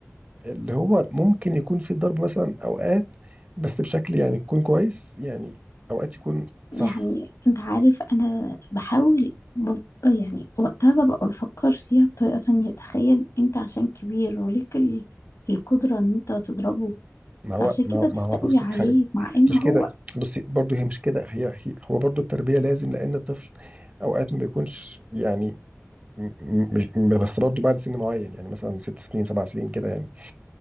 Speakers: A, on the right; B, on the left.
A: اللي هو ممكن يكون في الضرب مثلا اوقات بس بشكل يعني يكون كويس يعني اوقات يكون صح
B: يعني انت عارف انا بحاول ب... يعني وقتها ببقى بفكر فيها بطريقه تانية تخيل انت عشان كبير وليك ال... القدره ان انت تضربه
A: ما هو
B: فعشان
A: ما
B: كده
A: هو
B: تستقوي
A: ما هو بص
B: عليه
A: لحاجه
B: مع ان
A: مش
B: هو
A: كده بصي برضو هي مش كده هي, هي هو برضو التربيه لازم لان الطفل اوقات ما بيكونش يعني م- م- م- بس برضو بعد سن معين يعني مثلا ست سنين سبع سنين كده يعني